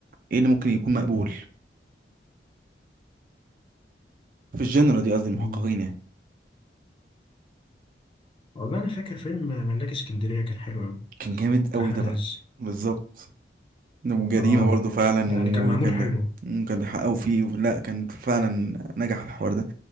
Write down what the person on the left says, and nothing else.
مم.
والله انا فاكر فيلم ملاك اسكندريه كان حلو قوي
احمد
عز
اه
يعني كان
معمول حلو